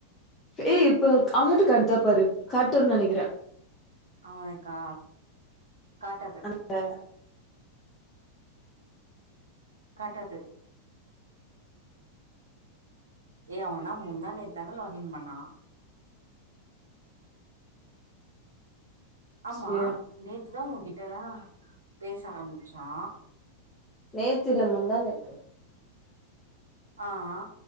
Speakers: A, on the left; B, on the right.
A: ஏ இப்ப அமௌண்ட் காட்தா பாரு கட்டுன்னு நெனைக்கிறே
B: அவனுக்கா காட்டாது
A: ஆ
B: காட்டாது ஏய் அவந்தா முந்தா நேத் தான லாக் இன் பண்ணா ஆமா
A: சே
B: நேத்து தா உங்கிட்ட தா பேச ஆரம்பிச்சா
A: நேத்தில்ல முந்தா நேத்து
B: ஆ ஆ